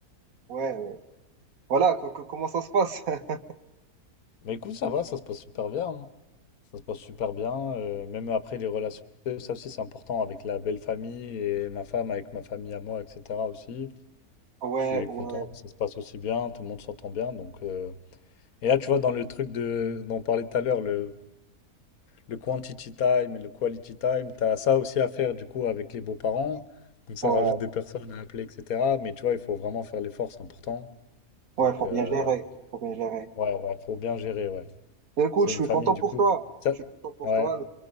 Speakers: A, on the right; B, on the left.
A: Ouais, euh, voilà, co- co- comment ça se passe? <laughs>
B: Mais écoute, ça va, ça se passe super bien, hein. Ça se passe super bien, euh, même après les relations, ça aussi, c'est important, avec la belle famille, et ma femme, avec ma famille à moi, etc. aussi.
A: Ouais,
B: Je suis
A: ouais,
B: content, ça se passe aussi bien, tout le monde s'entend bien. Donc, euh, Et là, tu vois, dans le truc de... dont on parlait tout à l'heure, le... le quantity time et le quality time, tu as ça aussi à faire du coup avec les beaux-parents. Donc ça
A: ouais,
B: rajoute des personnes à appeler, etc. Mais tu vois, il faut vraiment faire l'effort, c'est important.
A: ouais,
B: Donc
A: faut
B: euh,
A: bien gérer, faut bien gérer.
B: ouais, ouais, faut bien gérer, ouais.
A: Mais Écoute,
B: C'est
A: je
B: une
A: suis
B: famille
A: content
B: du
A: pour
B: coup.
A: toi.
B: Ça-
A: Je suis content pour
B: Ouais,
A: toi.